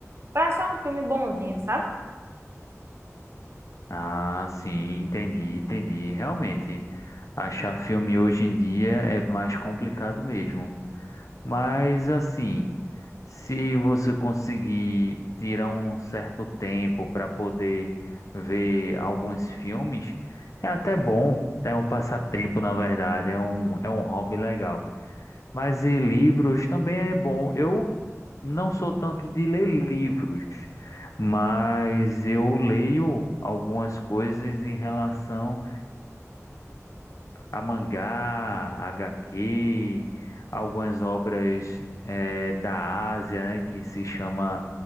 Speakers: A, on the right; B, on the left.
A: pra achar um filme bonzinho, sabe?
B: Ah, sim, entendi, entendi. Realmente, achar filme hoje em dia é mais complicado mesmo. Mas assim, Se você conseguir tirar um certo tempo para poder ver alguns filmes, é até bom, é um passatempo, na verdade, é um, é um hobby legal. Mas e livros também é bom. Eu não sou tanto de ler livros, mas eu leio algumas coisas em relação a mangá, HQ, algumas obras eh, da Ásia, né, que se chama